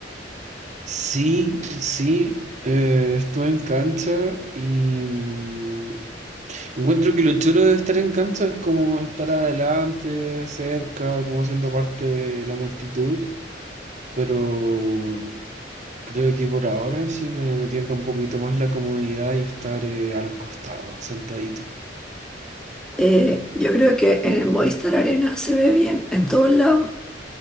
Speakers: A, on the right; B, in the centre.
A: sí, sí, eh, estuve en cancha y mm, encuentro que lo chulo de estar en cancha es como estar adelante, cerca, como siendo parte de la multitud, pero... Creo que por ahora sí me, me tienta un poquito más la comodidad y estar eh, a los costados, sentadito.
B: Eh, yo creo que en
A: Mm.
B: el Movistar Arena se ve bien en todos lados.